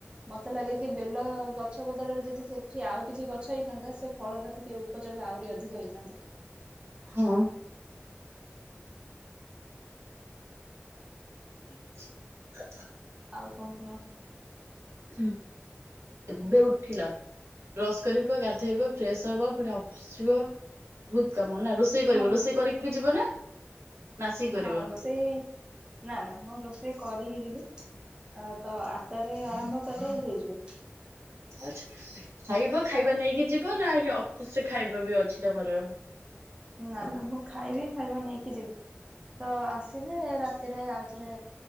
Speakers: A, on the right; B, on the right.
A: ମତେ ଲାଗେ କି ବେଲ ଗଛ ବଦଳରେ ଯ ସେ ଆଉ କିଛି ଗଛ ହେଇଥାନ୍ତା ସେ ଫଳର ଟିକେ ଉପଯୋଗ ଆହୁରି ଅଧିକ ହେଇଥାନ୍ତା।
B: ହଁ।
A: ହୁଁ <inaudible>
B: <unintelligible>
A: ଆଉ କଣ କୁହ?
B: ହୁଁ ଏବେ ଉଠିଲ। ବ୍ରସ୍ କରିବ ଗାଧେଇବ ଫ୍ରେସ ହବ ପୁଣି ଅଫିସ ଯିବ ଭୁତ୍ କାମନା ରୋଷେଇ କରିବ
A: ହଁ
B: ରୋଷେଇ କରିକି ବି ଯିବ ନା। ନା ଆସିକି କରିବ?
A: ହଁ ରୋଷେଇ ନା ନା ମୁଁ ରୋଷେଇ କରିକି ଯିବି। ଆ ତ ଆଟାରେ ଆରମ୍ଭ କଲେ ହେଇଯିବ।
B: ଆଛା ଖାଇବ ଖାଇବା ନେଇକି ଯିବ ନା ଏଠି ଅଫିସ ରେ ଖାଇବା ବି ଅଛି ତମର।
A: ନା ନା ମୁଁ ଖାଇବି ଖାଇବା ନେଇକି ଯିବି। ତ ଆସିଲେ ରାତିରେ ଆଉଥରେ